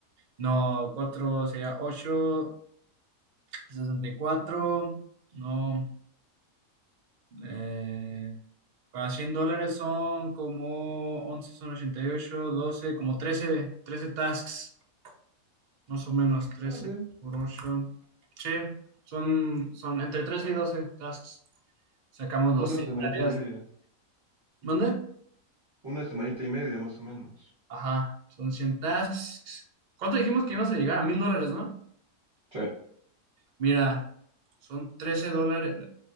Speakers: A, on the right; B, on the right.
A: no, 4 sería ocho, sesenta y cuatro no, eh, para 100 dólares son como 11 son 88 12 como 13 13 tasks, más o menos, trece
B: Ah, sí,
A: por 8 sí, son, son entre 13 y 12 tasks, sacamos los
B: una
A: 100
B: semanita
A: tareas,
B: y media.
A: ¿mande?
B: Una semanita y media, más o menos.
A: Ajá, son 100 tasks. ¿Cuánto dijimos que ibas a llegar? A mil dólares, ¿no?
B: Sí,
A: Mira, son 13 dólares.